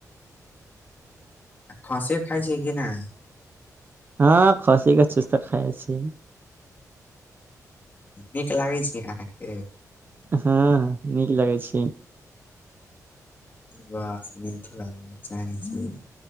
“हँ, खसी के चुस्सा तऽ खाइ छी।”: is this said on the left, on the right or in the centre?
Right